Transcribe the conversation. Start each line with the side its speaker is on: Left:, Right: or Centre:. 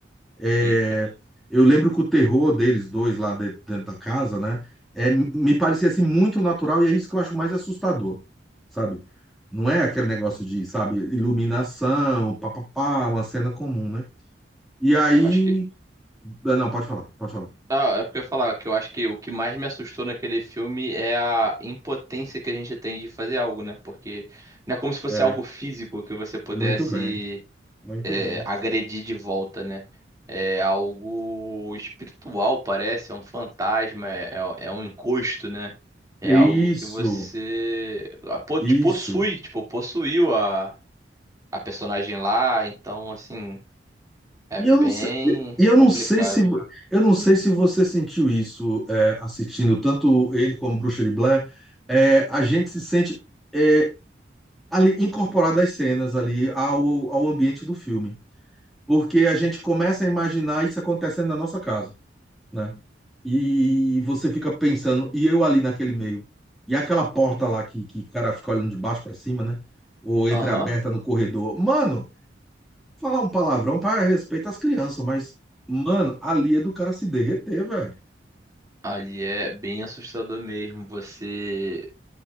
Centre: É,
Right: Fica.
Centre: eu lembro que o terror deles dois lá de- dentro da casa, né? É, me parecia assim muito natural e é isso que eu acho mais assustador, sabe? Não é aquele negócio de, sabe, iluminação, papapá, uma cena comum, né? E aí,
Right: Eu acho que
Centre: não, pode falar, pode falar.
Right: Ah, é porque eu ia falar que eu acho que o que mais me assustou naquele filme é a impotência que a gente tem de fazer algo, né? Porque não é como se fosse
Centre: É,
Right: algo físico que você pudesse
Centre: Muito bem, muito
Right: é,
Centre: bem.
Right: agredir de volta, né? É algo espiritual, parece, é um fantasma, é, é- é um encosto, né? É
Centre: Isso,
Right: algo que você ah, po-
Centre: isso.
Right: te possui, tipo, possuiu a, a personagem lá, então, assim, é
Centre: E
Right: bem
Centre: eu não sei, e eu não
Right: complicado.
Centre: sei se eu não sei se você sentiu isso é, assistindo tanto ele como Bruxa de Blair. é, a gente se sente é, ali incorporado às cenas ali ao, ao ambiente do filme, porque a gente começa a imaginar isso acontecendo na nossa casa. né? E você fica pensando, e eu ali naquele meio? E aquela porta lá que, que o cara fica olhando de baixo para cima, né? Ou entreaberta
Right: Aham.
Centre: no corredor. Mano, falar um palavrão para respeito às crianças, mas, mano, ali é do cara se derreter, velho.
Right: Ali é bem assustador mesmo. Você.